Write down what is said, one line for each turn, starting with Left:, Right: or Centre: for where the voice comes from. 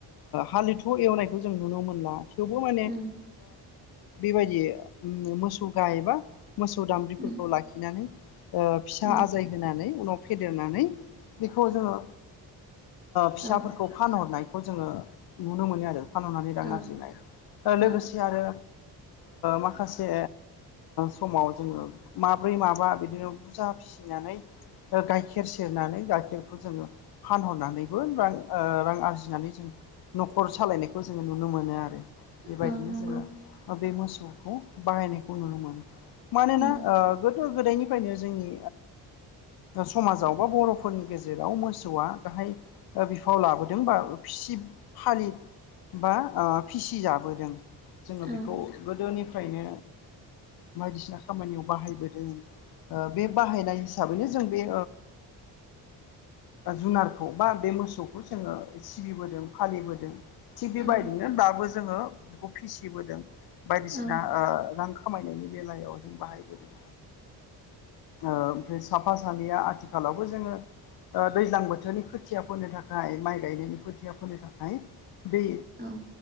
Left: हालिथ एवनायखौ जों नुनो मोनला थेवबो माने
Right: उम
Left: बेबायदि मोसौ गायबा मोसौ सौ दाम्रिफोरखौ
Right: उम
Left: लाखिनानै फिसा
Right: उम
Left: आजाय होनानै उनाव फेदेरनानै बेखौ जोङो फिसाफोरखौ
Right: औ
Left: फानहरनाय खौ जोङो नुनो मोनो आरो फानहनानै रां
Right: औ
Left: आरजिनाय लोगोसे
Right: औ
Left: आरो माखासे समाव जोङो माब्रै माबा बिदिनो बुरजा फिसिनानै गाइखेर सेरनानै गाइखेरखौ जोङो फानहरनानैबो रां रां आरजिनानै जों न'खर सालायनायखौ जोङो नुनो मोनो आरो बेबायदिनो
Right: औ नंगौ
Left: जोङो बे मोसौखौ बाहायनायखौ नुनो मोनो मानोना
Right: उम
Left: गोदो गोदायनिफ्रायनो जोंनि समाजाव बा बर'फोरनि गेजेराव मोसौआ गाहाय बिफाव लाबोदों बा फिसि फालि बा फिसिजाबोदों जोङो
Right: औ
Left: बेखौ गोदोनिफ्रायनो बायदिसिना खामानियाव बाहायबोदों बे बाहायनाय हिसाबैनो जों बे जुनारखौ बा बे मोसौखौ जोङो सिबिबोदों फालिबोदों थिग बेबायदिनो
Right: औ
Left: दाबो जोङो बेखौ फिसिबोदों बायदिसिना
Right: औ
Left: रां खामायनायनि बेलायाव जों बाहायबोदों ओमफ्राय साफा सानैया आथिखालावबो जोङो दैज्लां बोथोरनि खोथिया फोनो थाखाय माइ गायनायनि खोथिया फोनो थाखाय दै
Right: औ